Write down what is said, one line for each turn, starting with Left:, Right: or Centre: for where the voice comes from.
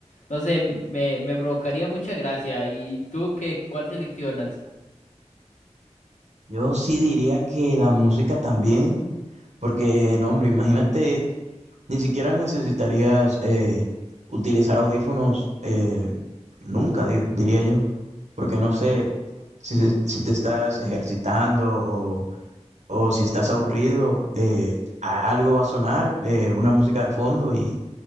Left: no sé, me, me provocaría mucha gracia. ¿Y tú qué, cuál seleccionas?
Right: Yo sí diría que la música también. Porque, no, hombre, imagínate, ni siquiera necesitarías eh, utilizar audífonos eh, nunca, di- diría yo. Porque no sé si, se- si te estás ejercitando o, o si estás aburrido, eh, a- algo va a sonar, eh, una música de fondo y,